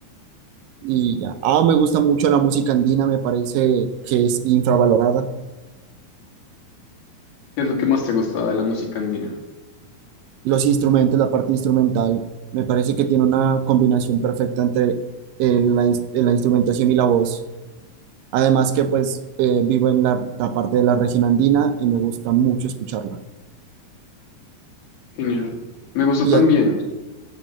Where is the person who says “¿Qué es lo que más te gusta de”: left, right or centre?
Left